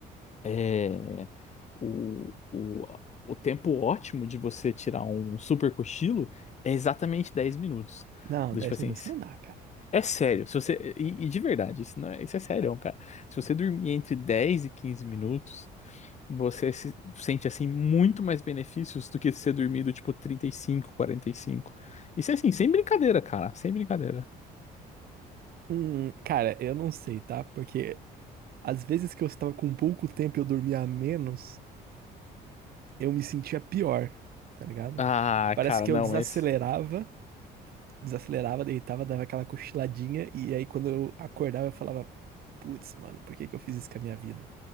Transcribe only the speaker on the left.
é, o, o, o tempo ótimo de você tirar um super cochilo é exatamente 10 minutos.
Do,
tipo assim,
é sério, se você. E, e de verdade, isso, não é, isso é sério, cara. Se você dormir entre 10 e 15 minutos, você se- sente assim muito mais benefícios do que se você dormir do tipo trinta e cinco. quarenta e cinco. Isso é assim, sem brincadeira, cara. Sem brincadeira.
Ah,
cara,
não,
mas.